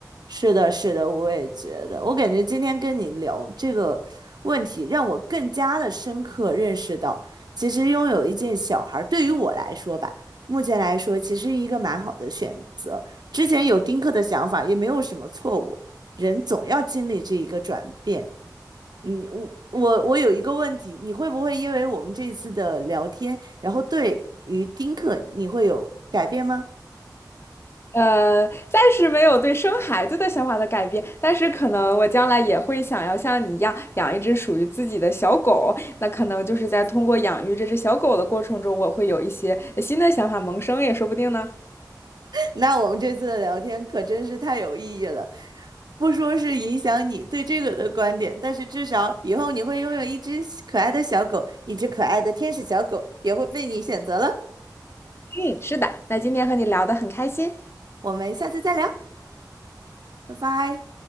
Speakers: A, on the right; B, on the left.
A: 是的，是的，我也觉得。我感觉今天跟你聊这个问题，让我更加的深刻认识到，其实拥有一件小孩儿，对于我来说吧，目前来说其实一个蛮好的选择。之前有丁克的想法，也没有什么错误。人总要经历这一个转变。嗯，我我我有一个问题，你会不会因为我们这次的聊天，然后对于丁克你会有改变吗？
B: 呃，暂时没有对生孩子的想法的改变，但是可能我将来也会想要像你一样养一只属于自己的小狗。那可能就是在通过养育这只小狗的过程中，我会有一些新的想法萌生，也说不定呢。
A: 那我们这次的聊天可真是太有意义了，不说是影响你对这个的观点，但是至少以后你会拥有一只小可爱的小狗，一只可爱的天使小狗也会被你选择了。
B: 嗯，是的。那今天和你聊得很开心。
A: 我们下次再聊，拜拜。